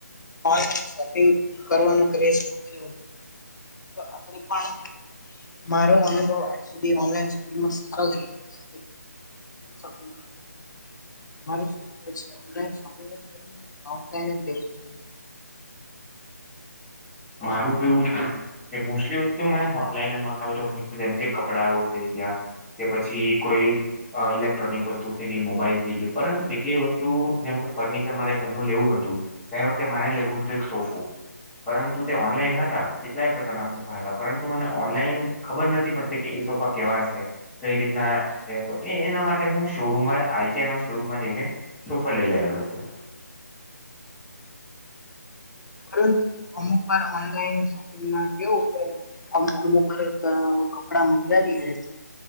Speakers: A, on the left; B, in the centre.
A: ઓનલાઇન શોપિંગ કરવાનો ક્રેઝ <inaudible> આપણે પણ મારો અનુભવ આજ સુધી ઓનલાઈન શોપીંગ નો સારો રહ્યો ઓનલાઈન જ શોપિંગ કરો છું તમારે શું કેવું છે ઓનલાઇન શોપિંગ જ કરવું જોઈએ કે ઑફ્લાઈન જ લેવું જોઈએ
B: મારું કેવું છે કે મોસ્ટલી વસ્તુ મેં ઓનલાઈન મંગાવું તો હમેશ કેમ કે કપડાઓ થઈ ગયા કે પછી કોઈ અ ઇલેક્ટ્રોનિક વસ્તુ થઈ ગઈ મોબાઈલ થઈ ગઈ પરંતુ કેટલી વસ્તુ જેમ કે ફર્નિચર મારે ઘરનું લેવું હતું તે વખતે મારે લેવું હતું એક સોફો પરંતુ તે ઓનલાઈન હતા કેટલાય પ્રકારના સોફા હતા પરંતુ મને ઓનલાઈન ખબર નથી પડતી કે એ સોફા કેવા છે કઈ રીતના છે તો એ એના માટે હું શોરૂમમાં આઈકા ના શોરૂમમાં જઈને સોફા લઈ આવ્યો હતો
A: પરંતુ અમુક વાર ઓનલાઈન શોપિંગ મા કેવું અમ અમારાં કપડાં મગાવીએ તો